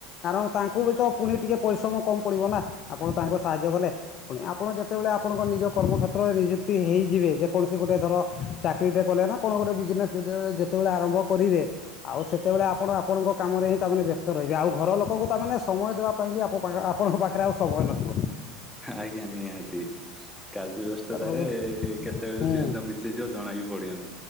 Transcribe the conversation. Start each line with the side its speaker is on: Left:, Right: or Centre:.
Left: କାରଣ ତାଙ୍କୁ ବି ତ ପୁଣି ଟିକେ ପରିଶ୍ରମ କମ ପଡ଼ିବ ନା ଆପଣ ତାଙ୍କୁ ସାହାଯ୍ୟ କଲେ। ପୁଣି ଆପଣ ଯେତେବେଳେ ଆପଣଙ୍କ ନିଜ କର୍ମକ୍ଷେତ୍ରରେ ନିଯୁକ୍ତି ହେଇଯିବେ ଯେକୌଣସି ଗୋଟେ ଧର ଚାକିରିଟେ କଲେ ନା କଣ ଗୋଟେ ବିଜନେସ୍ ଯେତେବେ ଯେତେବେଳେ ଆରମ୍ଭ କରିବେ ଆଉ ସେତେବେଳେ ଆପଣ ଆପଣଙ୍କ କାମରେ ହିଁ ତାମାନେେ ବ୍ୟସ୍ତ ରହିବେ ଆଉ ଘର ଲୋକଙ୍କୁ ତାମାନେ ସମୟ ଦବା ପାଇଁ ବି ଆପ ଆପଣଙ୍କ ପାଖରେ ଆଉ ସମୟ ନଥିବ।
Centre: ଆଜ୍ଞା, ନିହାତି କାର୍ଯ୍ୟ ବ୍ୟସ୍ତତାରେ
Left: ଏଇଟା ଧରି
Centre: କେତେବେଳେ
Left: ହୁଁ
Centre: ଦିନ ବି ତି ଯିବ ଜଣା ବି ପଡ଼ିବନି।